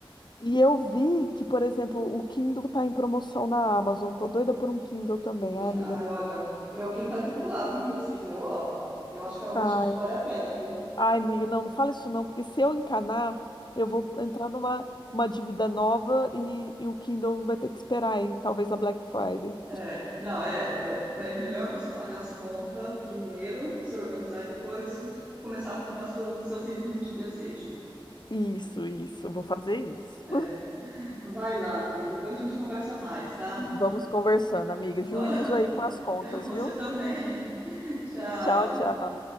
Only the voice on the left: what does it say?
e eu vi que, por exemplo, o Kindle tá em promoção na Amazon, tô doida por um Kindle também.
Ai, amiga,
ai,
ai, amiga, não, não fala isso não, porque se eu encanar, eu vou entrar numa uma dívida nova e, e o Kindle vai ter que esperar aí, talvez a Black Friday.
Isso, isso. eu Vou fazer isso.
Vamos conversando, amiga. Juízo
aí com as contas,
viu?
Tchau, tchau.